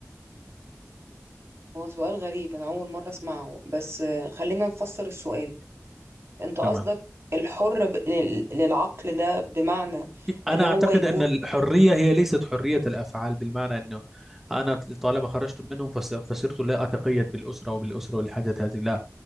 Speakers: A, on the right; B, in the centre.
A: هو سؤال غريب أنا أول مرة أسمعه بس آه، خلينا نفسر السؤال أنت قصدك
B: تمام
A: الحر ب... لل... للعقل ده بمعنى
B: أنا
A: إن هو
B: أعتقد
A: يكون
B: أن الحرية هي ليست حرية الأفعال بالمعنى أنه أنا طالما خرجت منهم فس- فصرت لا أتقيد بالأسرة وبالأسرة والحاجات هذه لا